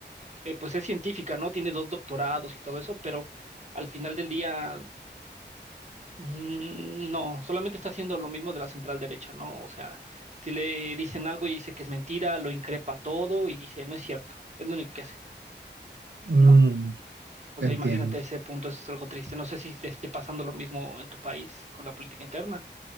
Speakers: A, on the right (about 40°); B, on the right (about 70°).
A: eh, pues es científica, ¿no? Tiene dos doctorados y todo eso, pero al final del día, mm, no, solamente está haciendo lo mismo de la central derecha, ¿no? O sea, si le dicen algo y dice que es mentira, lo increpa todo y dice, no es cierto, es lo único que hace.
B: mm,
A: ¿no? O
B: te
A: sea,
B: entiendo.
A: imagínate ese punto, eso es algo triste. No sé si te esté pasando lo mismo en tu país con la política interna.